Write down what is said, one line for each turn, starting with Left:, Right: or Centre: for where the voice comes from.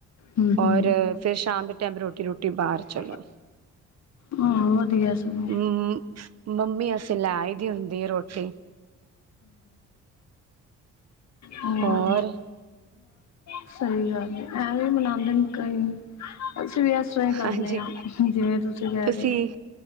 Left: ਹੂੰ
Right: ਔਰ
Left: ਹੂੰ
Right: ਫੇਰ, ਸ਼ਾਮ ਦੇ ਟਾਈਮ ਰੋਟੀ-ਰੂਟੀ ਬਾਹਰ। ਚਲੋ
Left: <unintelligible> ਹਾਂ ਵਧੀਆ ਸਗੋ। <unintelligible>
Right: ਮ ਮੰਮੀ ਅਸੇ ਲੈ ਆਈ ਦੀ ਹੁੰਦੀ ਹੈ ਰੋਟੀ
Left: ਹਾਂ
Right: ਹੋਰ
Left: ਸਹੀ ਗੱਲ ਹੈ, ਐਵੇਂ ਮਨਾਉਦੇ ਨੇ ਕਈ। ਅਸੀਂ ਵੀ ਇਸ ਤਰ੍ਹਾਂ ਹੀ ਕਰਨੇ
Right: ਹਾਂਜੀ
Left: ਹਾਂ, ਜਿਵੇਂ ਤੁਸੀਂ ਕਹਿ
Right: ਤੁਸੀਂ
Left: ਰਹੇ ਹੋ।